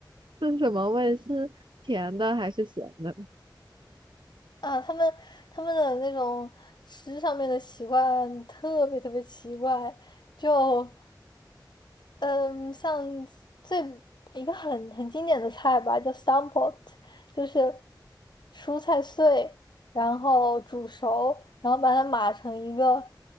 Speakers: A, on the right (about 80°); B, on the left (about 65°).
A: 是什么味？是甜的还是咸的？
B: 啊！他们他们的那种吃上面的习惯特别特别奇怪，就。嗯，像最一个很很经典的菜吧，叫 stompot，就是蔬菜碎，然后煮熟，然后把它码成一个